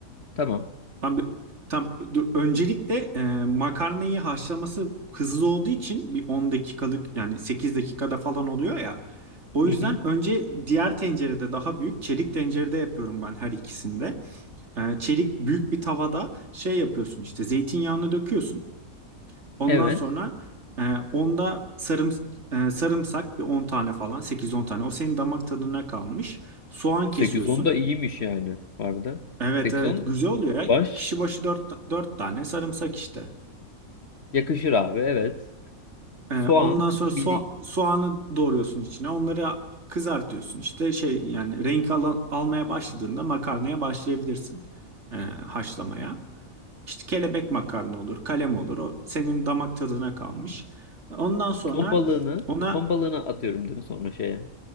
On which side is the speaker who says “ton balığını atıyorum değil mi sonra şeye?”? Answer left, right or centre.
Left